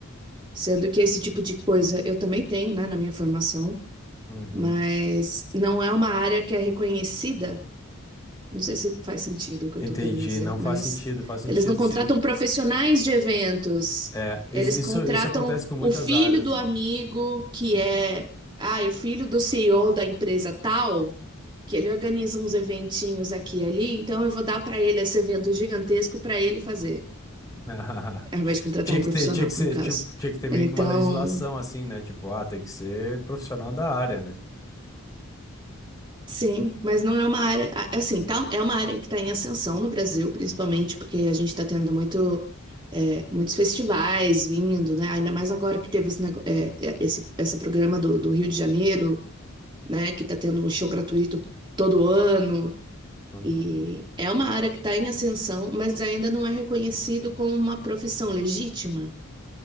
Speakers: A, on the right; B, on the left.
A: sendo que esse tipo de coisa eu também tenho, né, na minha formação.
B: Uhum.
A: mas não é uma área que é reconhecida. Não sei se faz sentido o que
B: Entendi.
A: eu estou querendo dizer,
B: Não
A: mas
B: faz sentido, faz sentido,
A: eles não contratam
B: sim.
A: profissionais de eventos,
B: É, is-
A: eles
B: isso,
A: contratam
B: isso acontece com muitas
A: o filho
B: áreas,
A: do
B: né?
A: amigo que
B: Uhum.
A: é, ah, é o filho do CEO da empresa tal, que ele organiza uns eventinhos aqui e ali, então eu vou dar para ele esse evento gigantesco para ele fazer,
B: <laughs>
A: ao invés de contratar
B: Tinha
A: um
B: que
A: profissional,
B: ter, tinha que ser,
A: no caso.
B: tipo, tinha que ter meio
A: Então,
B: que uma legislação assim, né? Tipo, ah, tem que ser profissional da área, né?
A: Sim, mas não é uma área, a- é assim, tá, é uma área que está em ascensão no Brasil, principalmente porque a gente está tendo muito, é, muitos festivais vindo, né? Ainda mais agora que teve esse, nego- é, é, esse, esse programa do, do Rio de Janeiro, né? Que está tendo um show gratuito todo ano.
B: Uhum.
A: E é uma área que está em ascensão, mas ainda não é reconhecido como uma profissão legítima.